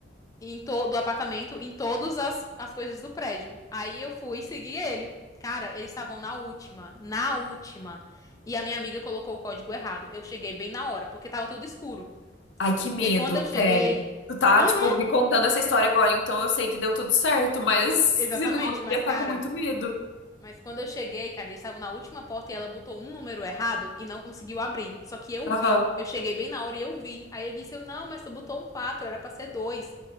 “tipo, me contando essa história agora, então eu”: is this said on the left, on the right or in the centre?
Left